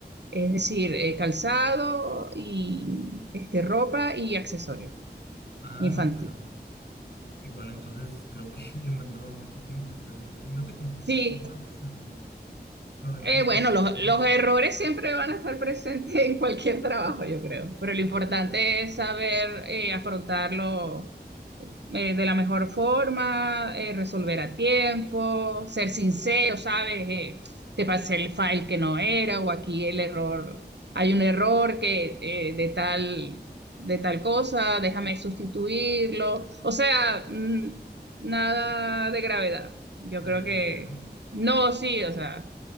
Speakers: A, on the right; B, on the left.
A: es decir, eh, calzado y este, ropa y accesorio
B: Ah,
A: infantil.
B: no, pero igual entonces creo que <laughs> demandaba mucho tiempo estar viendo. ¿Y no te confundías
A: Sí,
B: alguna vez entre proveedores
A: Eh, bueno, los,
B: o algo
A: los
B: así?
A: errores siempre van a estar presentes en cualquier trabajo, yo creo, pero lo importante
B: Es verdad. es verdad.
A: es saber eh, afrontarlo eh, de la mejor forma, eh, resolver a tiempo, ser sincero, ¿sabes? Eh, te pasé el file que no era o aquí el error, hay un error que eh, de tal, de tal cosa, déjame sustituirlo. O sea, mm, nada de gravedad. Yo
B: Nada
A: creo
B: de
A: que,
B: gravedad.
A: no, sí, o sea,